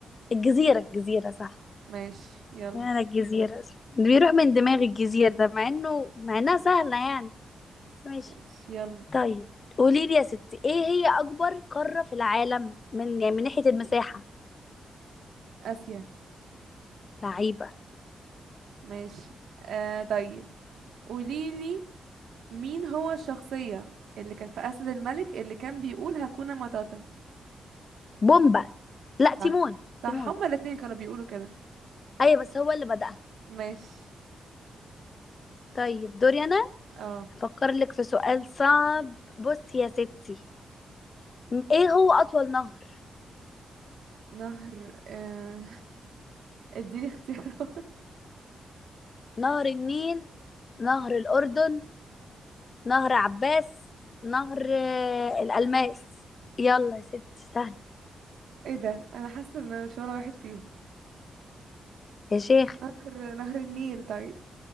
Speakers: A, on the left; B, on the right.
A: الجزيرة الجزيرة صح
B: ماشي يلا
A: يعني الجزيرة اللي بيروح من دماغي الجزيرة ده مع إنه مع إنها سهلة يعني بس ماشي
B: ماشي يلا
A: طيب قولي لي يا ستي ايه هي اكبر قارة في العالم من يعني من ناحية المساحة
B: اسيا
A: لعيبة
B: ماشي آه طيب قوليلي مين هو الشخصية اللي كان في اسد الملك اللي كان بيقول هكونا ماتاتا
A: بومبا لا تيمون
B: صح صح
A: تيمون
B: هما الاتنين كانوا بيقولوا كده
A: ايوه بس هو اللي بدأها
B: ماشي
A: طيب دوري انا
B: اه
A: افكر لك في سؤال صعب بصي يا ستي م- ايه هو اطول نهر
B: نهر آه، <laughs> اديني اختيارات
A: نهر النيل نهر الاردن نهر عباس نهر آه، الالماس يلا يا ستي سهلة
B: ايه ده انا حاسه ان أنا مش ولا واحد فيهم
A: يا شيخ
B: نهر نهر النيل طيب